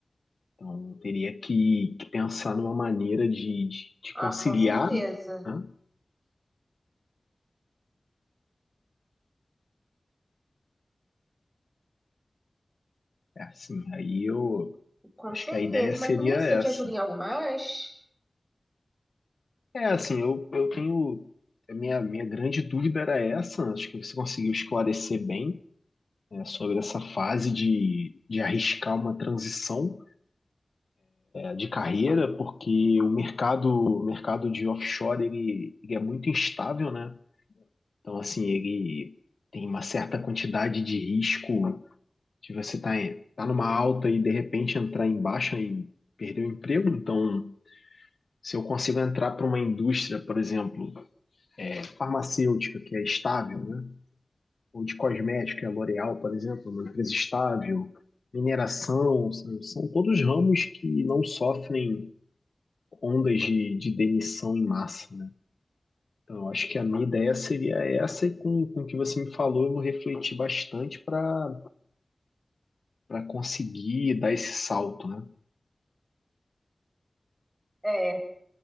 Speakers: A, on the left; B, on the right.
A: Então, teria que, que pensar numa maneira de, de, de
B: Ah,
A: conciliar,
B: com certeza.
A: né? É assim, aí eu
B: Com
A: acho
B: certeza.
A: que a ideia seria
B: Mas, menina,
A: essa.
B: eu te ajudo em algo mais?
A: É assim, eu, eu tenho. A minha, minha grande dúvida era essa, acho que você conseguiu esclarecer bem, né, sobre essa fase de, de arriscar uma transição de carreira, porque o mercado, o mercado de offshore ele, ele é muito instável, né? Então, assim, ele tem uma certa quantidade de risco de você estar tá, em- tá numa alta e de repente entrar em baixa e perder o emprego. Então, se eu consigo entrar para uma indústria, por exemplo, farmacêutica, que é estável, né? Ou de cosmética, que é a L'Oréal, por exemplo, uma empresa estável, mineração, são, são todos ramos que não sofrem ondas de, de demissão em massa, né? Então, eu acho que a minha ideia seria essa, e com, com o que você me falou, eu vou refletir bastante para para conseguir dar esse salto, né?
B: É, é,